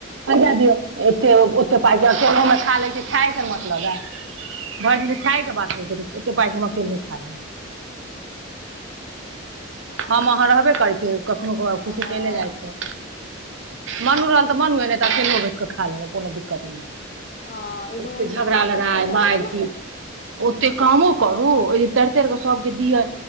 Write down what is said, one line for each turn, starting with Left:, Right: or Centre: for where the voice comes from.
Right: पैसा दियौ एत ओते पाइ छै अकेलहुमे खा लै छी खाय से मतलब है भर दिन तऽ खाय के बात होइ छै त ओे पाइ
Left: हूँ
Right: हमअकेले खा ले हम अहाँ रहबे करै छी कखनो
Left: हँ
Right: खुशी चलि जाइ छै मनू रहल तऽ मनुए नहि त अकेलोह बैठ क खा लेलू कोनो दिक्कत नहि
Left: हँ ई दुनू
Right: ओते झगड़ा लड़ाई
Left: करतै झगड़ा
Right: मार पीट ओते कामो करू ओ जे तैर तर के सब के दिये